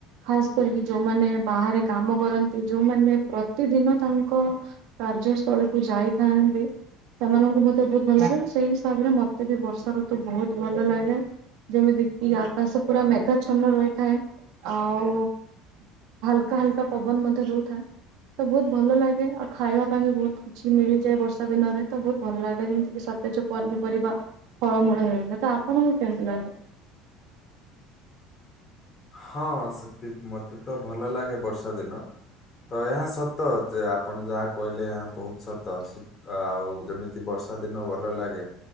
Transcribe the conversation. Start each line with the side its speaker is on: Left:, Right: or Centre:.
Right: ଖାସ୍ କରିକି ଯୋଉମାନେ ବାହାରେ କାମ କରନ୍ତି ଯୋଉମାନେ ପ୍ରତିଦିନ ତାଙ୍କ କାର୍ଯ୍ୟସ୍ଥଳୀକୁୁ ଯାଇଥାନ୍ତି ସେମାନଙ୍କୁ ମତେ ବହୁତ୍ ଭଲ ଲାଗେ ସେଇ ହିସାବରେ ମତେ ବି ବର୍ଷା ଋତୁ ବହୁତ ଭଲ ଲାଗେ ଯେମିତି କିି ଆକାଶ ପୁରା ମେଘା ଛନ ରହିଥାଏ ଆଉ ହଲକା ହଲକା ପବନ ମଧ୍ୟ ରୁ ଥାଏ ତ ବହୁତ୍ ଭଲ ଲାଗେ ଆଉ ଖାଇବା ପାଇଁ ବି ବହୁତ୍ କିଛି ମିଳିଯାଏ ବର୍ଷା ଦିନରେ ତ ବହୁତ୍ ଭଲ ଲାଗେ ଯେମିତି କି ସତେଜ ପନିପରିବା ଫଳମୂଳ ହେଇଗଲା ତ ଆପଣଙ୍କୁ କେମିତି ଲାଗେ?
Left: ହଁ ସେତି ମତେ ତ ଭଲ ଲାଗେ ବର୍ଷା ଦିନ ତ ଏହା ସତ ଯେ ଆପଣ ଯାହା କହିଲେ ଏହା ବହୁତ୍ ସତ ଅଛି ଆଉ ଯେମିତି ବର୍ଷା ଦିନ ଭଲ ଲାଗେ